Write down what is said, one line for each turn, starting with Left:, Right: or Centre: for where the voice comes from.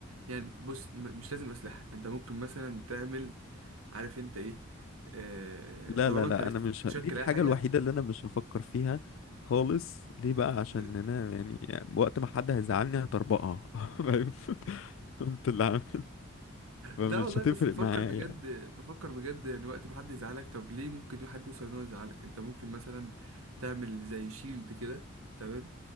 Right: يعني بص م- مش لازم اسلحة انت ممكن مثلا تعمل عارف انت ايه آه،
Left: لا
Right: طالما
Left: لا لا
Right: انت عرفت
Left: انا مش
Right: تشكل
Left: ه... دي الحاجة
Right: اي حاجة
Left: الوحيدة اللي انا مش هفكر فيها خالص ليه بقى
Right: <laughs>
Left: عشان انا يعني وقت ما حد هيزعلني هطربقها <laughs> فاهم؟ انت اللي عارف فمش
Right: لا والله
Left: هتفرق
Right: بس بفكر
Left: معايا
Right: بجد بفكر بجد يعني وقت ما حد يزعلك طب ليه ممكن حد يوصل ان هو يزعلك انت ممكن مثلا تعمل زي شيلد كده تمام